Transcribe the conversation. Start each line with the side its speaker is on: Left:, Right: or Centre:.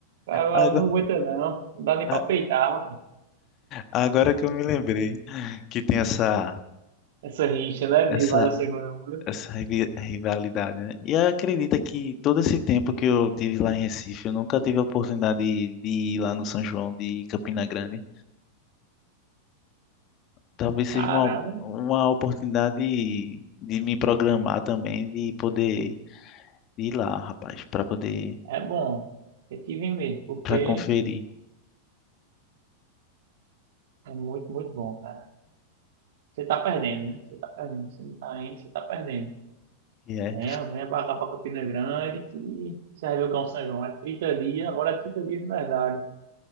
Right: Caruaru
Left: Agora,
Right: não aguenta, não. Não dá nem
Left: a-
Right: pra peitar, rapaz.
Left: agora que eu me lembrei que tem essa,
Right: Essa rixa, né?
Left: essa,
Right: De maior saivão do mundo.
Left: essa rivi- rivalidade, né? E acredita que todo esse tempo que eu tive lá em Recife, eu nunca tive a oportunidade de, de ir lá no São João de Campina Grande. Talvez seja
Right: Caramba,
Left: uma, uma oportunidade de me programar também, de poder ir lá, rapaz, para poder,
Right: é bom. Tem que vir mesmo, porque
Left: para conferir.
Right: é muito, muito bom, cara. Você tá perdendo, né? Você tá perdendo. Você não tá indo, você tá perdendo.
Left: E
Right: Venha, venha pra cá, pra Campina Grande, que você vai ver o que é um São João. É 30 dias, agora é 30 dias de verdade,